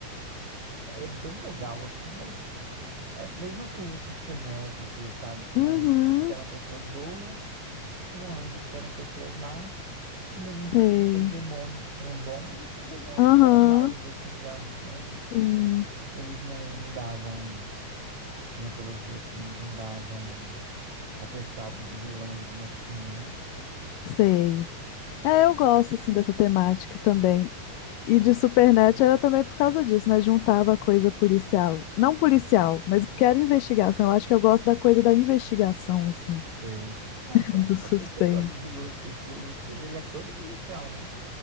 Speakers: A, on the right; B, on the left.
A: era bem legal, assim, mas é a mesma coisa assim do Supernatural e tudo, sabe? Tinham
B: Uhum,
A: anjos que eram pessoas boas, tinham anjos que eram pessoas más, do mesmo jeito
B: sei.
A: que tinham demônios que eram bons e tinham demônios
B: Aham,
A: que eram maus, assim, sabe? Então,
B: sim.
A: eles não, não davam, como é que eu vou dizer assim? Eles não davam atestado de vilão ou de mocinho, né?
B: Sei. É, eu gosto assim dessa temática também. E de Supernet era também por causa disso, né? Juntava a coisa policial. Não policial, mas porque era investigação. Eu acho que eu gosto da coisa da investigação, assim,
A: Sei. Ah,
B: <laughs>
A: então
B: do
A: pode
B: suspense.
A: ser que você goste de Lúcifer, porque o Lúcifer, ele é todo policial, né?